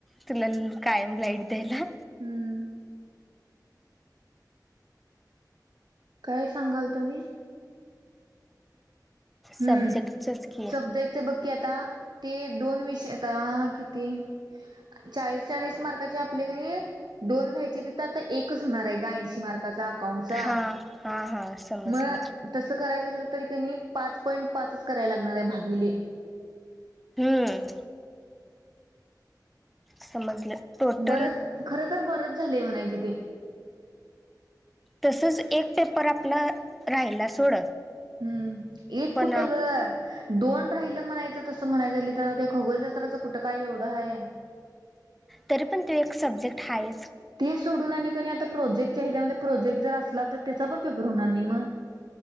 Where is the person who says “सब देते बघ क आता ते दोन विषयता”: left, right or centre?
Right